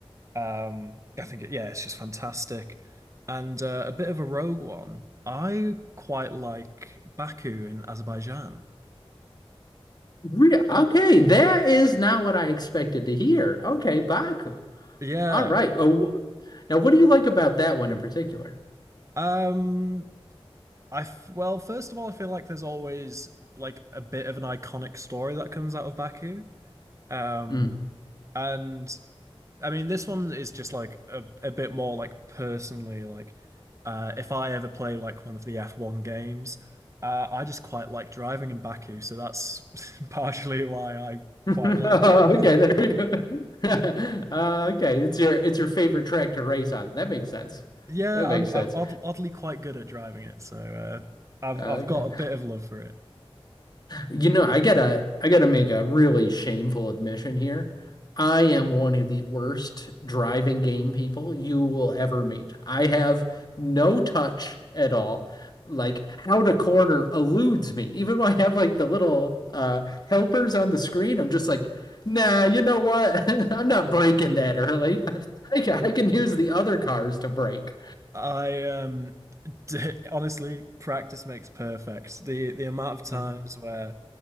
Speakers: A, on the right; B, on the left.
A: Um, I think it, yeah, it's just fantastic. And uh, a bit of a rogue one. I quite like Baku in Azerbaijan.
B: Re- okay, that is not what I expected to hear. Okay, Baku.
A: Yeah.
B: All right. Oh, now what do you like about that one in particular?
A: Um, I f well, first of all, I feel like there's always like a bit of an iconic story that comes out of Baku. Um,
B: Mm.
A: and I mean, this one is just like a, a bit more like personally like uh if I ever play like one of the F1 games, uh I just quite like driving in Baku, so that's <laughs> partially why I
B: <laughs>
A: quite
B: okay,
A: like it. <laughs>
B: there we go. <laughs> uh, okay, it's your it's your favorite track to race on. That makes sense.
A: Yeah,
B: That makes
A: I'm
B: sense.
A: I'm odd, oddly quite good at driving it, so uh I've
B: Uh,
A: I've got
B: okay.
A: a bit of love for it.
B: You know, I gotta I gotta make a really shameful admission here. I am one of the worst driving game people you will ever meet. I have no touch at all. Like how to corner eludes me. Even when I have like the little uh helpers on the screen, I'm just like, nah, you know what? <laughs> I'm not braking that early. <laughs> I can, I can use the other cars to brake.
A: I um d <laughs> honestly, practice makes perfect. The the amount of times
B: Uh,
A: where